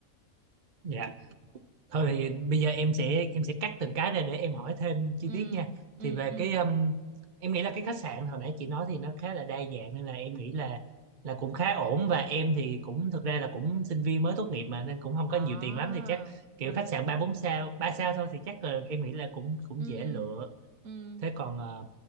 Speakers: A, on the right; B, on the right.
A: dạ thôi thì bây giờ em sẽ em sẽ cắt từng cái ra để em hỏi thêm chi
B: ừ
A: tiết nha
B: ừ
A: thì về
B: ừ
A: cái um, em nghĩ là cái khách sạn hồi nãy chị nói thì nó khá là đa dạng nên là em nghĩ là là cũng khá ổn và em thì cũng thực ra là cũng sinh viên mới tốt nghiệp mà nên cũng không
B: À,
A: có nhiều tiền lắm thì chắc kiểu
B: ừ,
A: khách sạn ba bốn sao ba sao thôi thì chắc là em nghĩ là cũng cũng
B: ừ,
A: dễ lựa
B: ừ.
A: thế còn ờ,